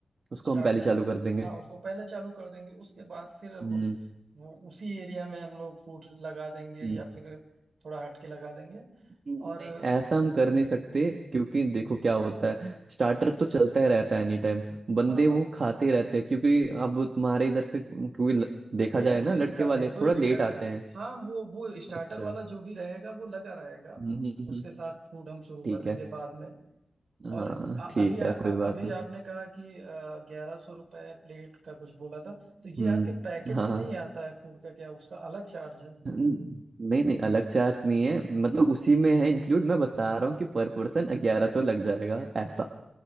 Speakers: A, on the right; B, on the right.
A: उसको
B: स्टार्ट
A: हम पहले चालू कर देंगे
B: हाँ उसको पहले चालू कर देंगे उसके बाद फिर वो,
A: हम्म
B: वो उसी एरिया में हम लोग फूड लगा देंगे
A: हम्म
B: या फिर थोड़ा हटके लगा देंगे
A: नहीं
B: और
A: ऐसा हम कर नहीं सकते क्योंकि देखो क्या होता है स्टार्टर तो चलता ही रहता है एनी टाइम बंदे
B: हाँ हाँ
A: वो खाते ही रहते हैं क्योंकि अब तुम्हारे इधर से क्योंकि ल- देखा
B: नहीं
A: जाए ना
B: कोई
A: लड़के
B: दिक्कत नहीं
A: वाले
B: कोई
A: थोड़ा
B: दिक्कत
A: लेट आते
B: नहीं
A: हैं
B: हाँ वो वो स्टार्टर
A: अच्छा
B: वाला जो भी रहेगा वो लगा रहेगा
A: हम्म हम्म, हम्म।
B: उसके साथ फूड हम शुरू कर
A: ठीक
B: देंगे
A: है
B: बाद में
A: हाँ
B: और अ-
A: ठीक
B: अभी आ,
A: है
B: अ-
A: कोई बात
B: अभी
A: नहीं
B: आपने कहा कि ग्यारह सौ रुपए प्लेट का कुछ बोला था तो ये
A: हम्म
B: आपके पैकेज
A: हाँ
B: में
A: हाँ।
B: नहीं आता है फूड का क्या उसका अलग चार्ज है
A: नहीं नहीं अलग चार्ज नहीं है मतलब उसी में है इंक्लूड मैं बता रहा हूँ कि पर पर्सन ग्यारह सौ लग जाएगा ऐसा